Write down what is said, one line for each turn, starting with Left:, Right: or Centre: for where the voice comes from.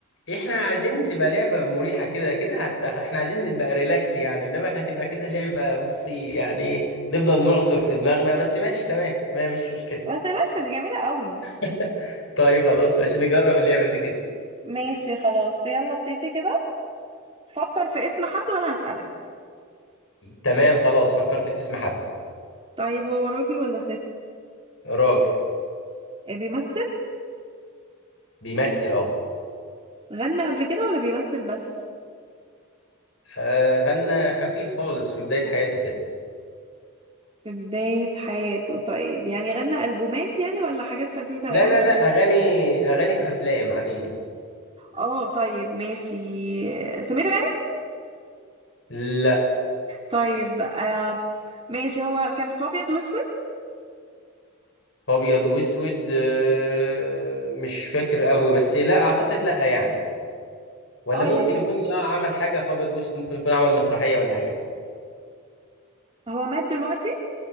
Left: احنا عايزين تبقى لعبة مريحة كده كده هت... احنا عايزين نبقى ريلاكس يعني انما هتبقى كده لعبة بصي يعني نفضل نعصر في دماغنا بس ماشي تمام ما فيش مشكلة
Right: ما تقلقش دي جميله قوي
Left: <laughs> طيب خلاص ماشي نجرب اللعبة دي كده
Right: ماشي خلاص يلا ابتدي كده فكر في اسم حد وانا هسالك
Left: تمام خلاص فكرت في اسم حد
Right: طيب هو راجل ولا ست
Left: راجل
Right: إيه بيمثل
Left: بيمثل اه
Right: غنى قبل كده ولا بيمثل بس
Left: آه، غنى خفيف خالص في بداية حياته كده
Right: في بداية حياته طيب يعني غنى ألبومات يعني ولا حاجات خفيفة
Left: لا
Right: أغاني
Left: لا لا
Right: خفيفة
Left: اغاني اغاني في افلام عاديه
Right: اه طيب ماشي سمير غانم
Left: لا
Right: طيب آه ماشي هو كان في أبيض وأسود
Left: ابيض واسود آه، مش فاكر قوي بس لا اعتقد لا يعني ولا
Right: اه
Left: ممكن
Right: يعني
Left: يكون اه عمل حاجه في ابيض واسود ممكن يكون عمل مسرحيه ولا حاجه
Right: هو مات دلوقتي